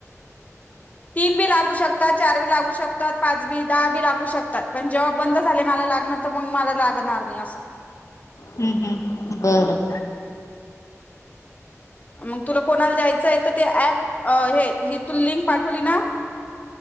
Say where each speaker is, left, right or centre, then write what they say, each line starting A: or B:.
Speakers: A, on the left; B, on the left.
A: तीन बी लागू शकतात, चार बी लागू शकतात, पाच बी, दहा बी लागू शकतात पण जेव् व्हा बंद झाले मला लागणार तर मग मला लागणार नाही अस
B: ह ह बरं.
A: मग तुला कोणाला द्यायचं आहे तर ते ऍप हे ही तु लिंक पाठवली ना.